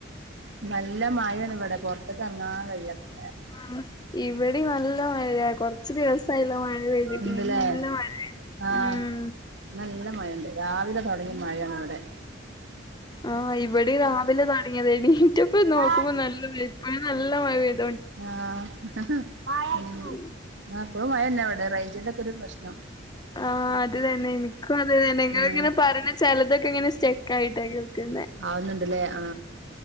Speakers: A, on the right; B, on the left.
A: നല്ല മഴാണ് ഇവടെ പൊർത്ത്ക്ക് എർങ്ങാൻ കഴിയാത്ത മഴ.
B: ഉം ഇവടിം നൽ നല്ല മഴ കൊർച്ച് ദിവസായല്ലോ മഴ പെയ്തിട്ടില്ല
A: ഉണ്ടല്ലേ
B: നല്ല മഴ
A: ആ
B: ഉം
A: നല്ല മഴണ്ട് രാവിലെ തൊടങ്ങിയ മഴയാണ് ഇവടെ.
B: ആ ഇവിടെ രാവിലെ തൊടങ്ങിയതേനി എണീറ്റപ്പം നോക്കുമ്പോ
A: ആ
B: നല്ല വെ ഇപ്പഴും നല്ല മഴ <unintelligible>
A: ആഹ്
B: ഉം
A: ആ ഇപ്പളും മഴന്നവടെ റൈഞ്ചിന്റെ ഒക്കെ ഒരു പ്രശ്നം
B: ആ അത് തന്നെ എനിക്കും അത് തന്നെ ഇങ്ങള്
A: ഉം
B: ഇങ്ങനെ പറിണേ ചെലതൊക്കെ ഇങ്ങനെ സ്റ്റക്ക് ആയിട്ടാ കേൾക്ക്ന്നേ.
A: ആവുന്ന്ണ്ടല്ലേ ആ